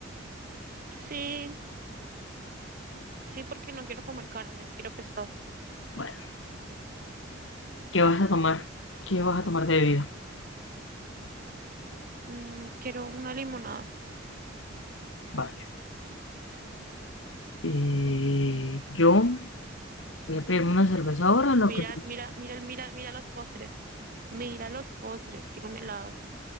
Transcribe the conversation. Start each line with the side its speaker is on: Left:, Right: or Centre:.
Right: Sí, sí, porque no quiero comer carne, quiero pescado.
Left: Bueno, ¿qué vas a tomar? ¿Qué vas a tomar de bebida?
Right: Mm, quiero una limonada.
Left: Vale. Eh, yo voy a pedirme una cerveza ahora, lo
Right: Mira,
Left: que te
Right: mira, mira, mira, mira los postres. Mira los postres, quiero un helado